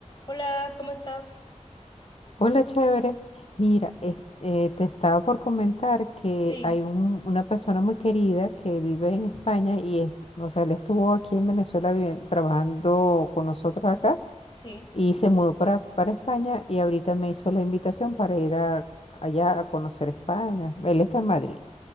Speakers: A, on the left; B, on the left.
A: Hola, ¿cómo estás?
B: Hola, chévere. Mira, es- eh, te estaba por comentar que
A: Sí,
B: hay un- una persona muy querida que vive en España y es, o sea, él estuvo aquí en Venezuela viviendo- trabajando con nosotros acá
A: sí,
B: y se mudó para, para España y ahorita me hizo la invitación para ir a- allá a conocer España. Él está en Madrid.